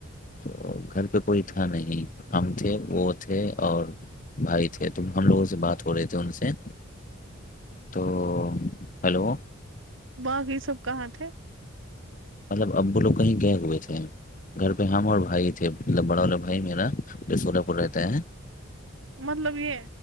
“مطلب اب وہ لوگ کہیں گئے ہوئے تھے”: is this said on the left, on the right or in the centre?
Left